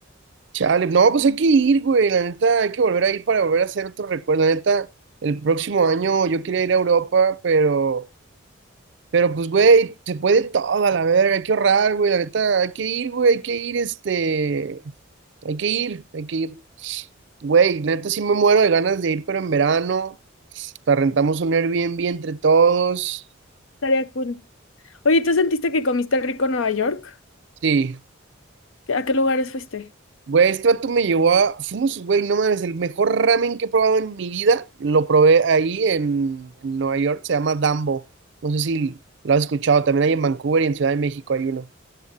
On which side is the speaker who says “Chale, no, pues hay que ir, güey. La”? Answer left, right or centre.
Right